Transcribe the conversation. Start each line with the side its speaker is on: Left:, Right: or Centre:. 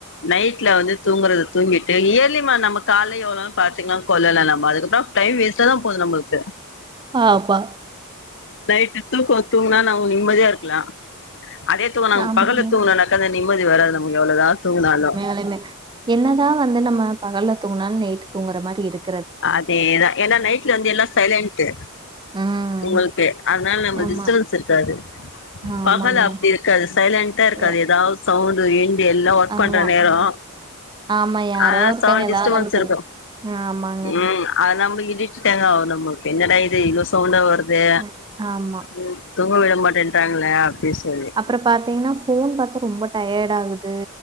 Left: நைட்ல வந்து தூங்கறது தூங்கிட்டு இயர்லிமா நம்ம கால்லா எவ்ள் நேரோ பாத்தீங்னா கொல்லலா நம்ம அதுக்கப்றோ டைம் வேஸ்ட்டா தா போது நம்மள்க்கு
Right: ஆப்பா
Left: நைட்டு தூக்கோ தூங்னா நம்ம நிம்மதியா இருக்கலா அதே தூங்குனோ
Right: ஆமாங்க
Left: பகல்ல தூங்குனோனாக்கா அந்த நிம்மதி வராது நமக்கு எவ்ளோதா தூங்குனாலு
Right: லைமே என்னதா வந்து நம்ம பகல்ல தூங்குனால் நைட்டு தூங்கற மாரி இருக்
Left: அதேதா ஏனா நைட்ல வந்து எல்லா சைலண்ட்டு
Right: ம்.
Left: உங்கள்க்கு அதனால் நம்மள்க்
Right: ஆமா.
Left: டிஸ்டபன்ஸ் இருக்காது
Right: ஆமாங்க.
Left: பகல்ல அப்டி இருக்காது சைலண்ட்டா இருக்காது
Right: எ
Left: எதாவ் சவுண்டு கிவுண்டு எல்லா ஒர்க்
Right: ஆமா.
Left: பண்ற நேரோ
Right: ஆமா யாரோ
Left: ஆ
Right: ஒருத்தங்க
Left: சவுண்ட்
Right: எதாவ்து
Left: டிஸ்டபன்ஸ்
Right: ஒன்னு
Left: இருக்கு
Right: பண் ஆமா
Left: ம் அது நம்மள்க் இடிட்டுடேங்காவு நம்மள்க்கு என்னடா இது இவ்ளோ சவுண்டா வருது
Right: ம். ஆமா.
Left: ம் தூங்க விட மாட்டேன்றாங்களே அப்டி சொல்லி
Right: அப்பறோ பாத்தீங்ன்னா ஃபோன் பாத்தா ரொம்ப டயடாகுது